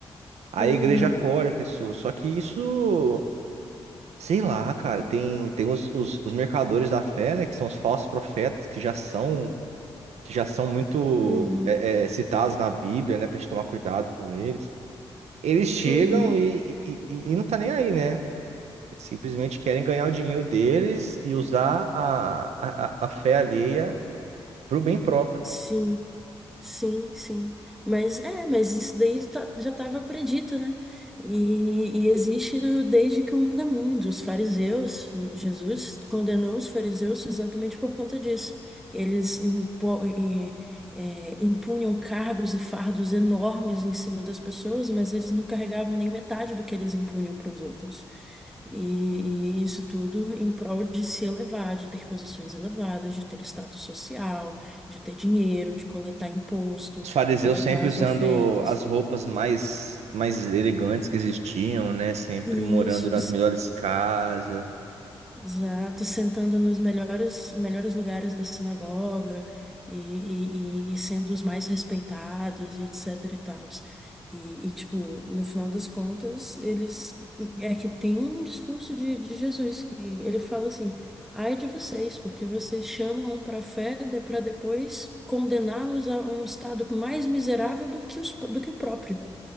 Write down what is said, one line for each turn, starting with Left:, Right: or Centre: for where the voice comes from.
Right: Aí
Centre: Uhum,
Right: A igreja acolhe a pessoa. Só que isso. Sei lá, cara, tem, tem os, os, os mercadores da fé, né, que são os falsos profetas, que já são, que já são muito
Centre: uhum.
Right: é, é, citados na Bíblia, né, pra gente tomar cuidado com eles. Eles chegam
Centre: Uhum.
Right: e, e, e- e não tá nem aí, né? Eles simplesmente querem ganhar o dinheiro deles e usar a, a, a a fé alheia pro bem próprio.
Centre: Sim, sim, sim. Mas é, mas isso daí tá- já estava predito, né? E, e existe do- desde que o mundo é mundo. Os fariseus, Jesus condenou os fariseus exatamente por conta disso. Eles impo- eh, eh, impunham cargos e fardos enormes em cima das pessoas, mas eles não carregavam nem metade do que eles impunham para os outros. E, e isso tudo em prol de se elevar, de ter posições elevadas, de ter status social de ter dinheiro, de coletar imposto,
Right: Os fariseus
Centre: coletar
Right: sempre
Centre: as
Right: usando
Centre: ofertas.
Right: as roupas mais, mais elegantes que existiam, né, sempre
Centre: E
Right: morando
Centre: isso,
Right: nas melhores casas
Centre: Exato, sentando nos melhores, melhores lugares da sinagoga e, e, e- e sendo os mais respeitados e etc e tals. E, e, tipo, no final das contas, eles... É que tem um discurso de, de Jesus que ele fala assim, ai de vocês, porque vocês chamam para a fé para depois condená-los a um estado mais miserável do que, os, do que o próprio.